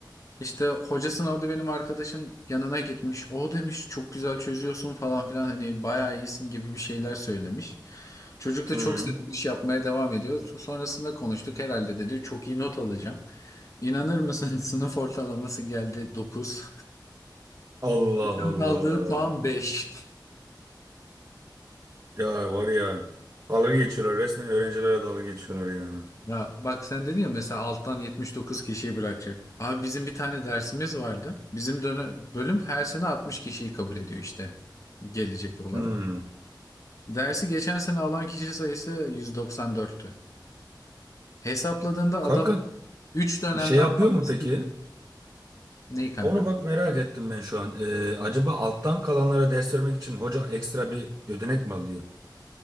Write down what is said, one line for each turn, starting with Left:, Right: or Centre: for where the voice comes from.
Left: İşte hoca sınavda benim arkadaşın yanına gitmiş. O demiş çok güzel çözüyorsun falan filan hani bayağı iyisin gibi bir şeyler söylemiş. Çocuk da
Right: <laughs> Hı.
Left: çok sevinmiş yapmaya devam ediyor. Sonrasında konuştuk herhalde dedi çok iyi not alacağım. İnanır mısın <laughs> sınıf ortalaması geldi 9.
Right: Allah
Left: Bütün
Right: Allah.
Left: aldığı puan 5.
Right: Ya var ya. Dalga geçiyorlar. Resmen öğrencilere dalga geçiyorlar ya.
Left: Ya bak sen dedin ya mesela alttan 79 kişiyi bırakacak. Abi bizim bir tane dersimiz vardı. Bizim dönem, bölüm her sene 60 kişiyi kabul ediyor işte gelecek olan.
Right: Hı.
Left: Dersi geçen sene alan kişi sayısı 194'tü. Hesapladığında
Right: Kanka
Left: adam 3 dönemden
Right: bir şey yapıyor
Left: fazlasını...
Right: mu peki?
Left: Neyi kanka?
Right: Onu bak merak ettim ben şu an. Ee, acaba alttan kalanlara ders vermek için hoca ekstra bir ödenek mi alıyor?